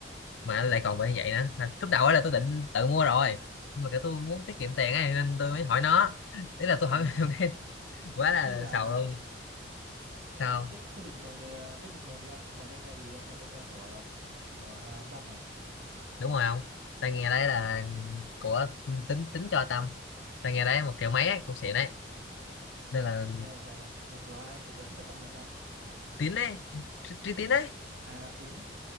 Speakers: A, on the left; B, on the right.
A: mà lại còn bị như vậy nữa Mà lúc đầu ấy là tôi định tự mua rồi nhưng mà kiểu tôi muốn tiết kiệm tiền ấy nên tôi mới hỏi nó ý là tôi
B: à
A: hỏi <laughs> cái quá là
B: thế giờ
A: sầu luôn sao
B: thế, thế bình thường thì ờ, thế bình thường thì ông xài tai nghe gì ông xài tai nghe của của Tâm à
A: đúng rồi không tai nghe đấy là của tính tính cho tâm tai nghe đấy một triệu mấy ấy, cũng xịn đấy nên là
B: ghê vậy trời là là của ai của Tuấn cho Tâm là sao
A: <laughs> tín đấy trí Trí tín đấy
B: à Tín á.